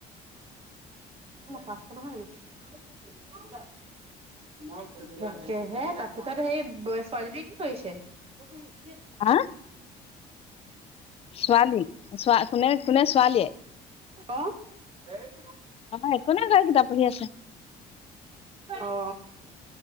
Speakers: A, on the right (about 35°); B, on the left (about 35°).
A: আমাৰ পাচশ নহয় নেকি? তাকেহে তাৰপিছত সেই ছোৱালীজনীয়ে কি কৰিছে? ত ভ <unintelligible>
B: হা! ছোৱালী কোনে কোনে ছোৱালীয়ে?
A: অ।
B: অ একো নাই লৰা কিতাপ পঢ়ি আছে?
A: অ